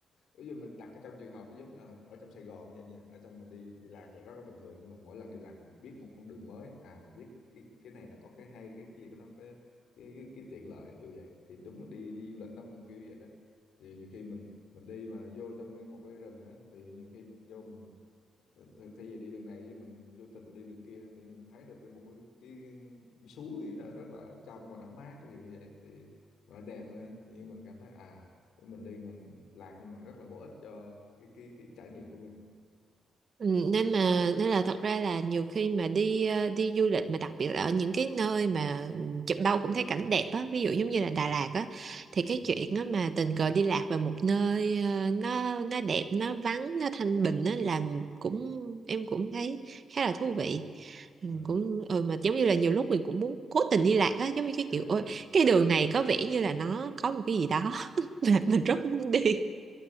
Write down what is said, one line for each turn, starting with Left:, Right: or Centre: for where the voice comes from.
Left: ví dụ mình đặt ở trong trường hợp giống như là ở trong Sài Gòn như vậy nha ở trong mình đi đi lạc là rất là bình thường nhưng mà mỗi lần đi lạc mình biết một con đường mới à mình biết cái cái này nó có cái hay cái kia nó có cái cái, cái, cái tiện lợi vô vậy thì đúng là đi đi du lịch nó cũng kiểu vậy đó thì nhiều khi mình mình đi mà vô trong cái một cái rừng á thì nhiều khi mình vô mình Ờ, Th- thay vì đi đường này mình vô tình mình đi đường kia tự nhiên mình thấy được cái một cái, cái, cái suối là rất là trong và nó mát cái gì như vậy thì mà nó đẹp nữa tự nhiên mình cảm thấy à mình đi mình lạc nhưng mà rất là bổ ích cho cái cái cái trải nghiệm của mình
Right: Ừ, nên mà nên là thật ra là nhiều khi mà đi ờ, đi du lịch mà đặc biệt là ở những cái nơi mà ừ, chụp đâu cũng thấy cảnh đẹp á ví dụ giống như là Đà Lạt á thì cái
Left: ừ.
Right: chuyện á mà tình cờ đi lạc vào một nơi ờ, nó nó đẹp nó vắng nó thanh bình á làm cũng em cũng thấy khá là thú vị
Left: Ờ,
Right: Ừ, cũng ừ, mà giống như là nhiều lúc mình cũng muốn cố tình đi lạc á giống như cái
Left: <laughs>
Right: kiểu ôi cái đường này có vẻ như là nó có một cái gì đó <laughs> mà mình
Left: đúng
Right: rất muốn
Left: rồi
Right: đi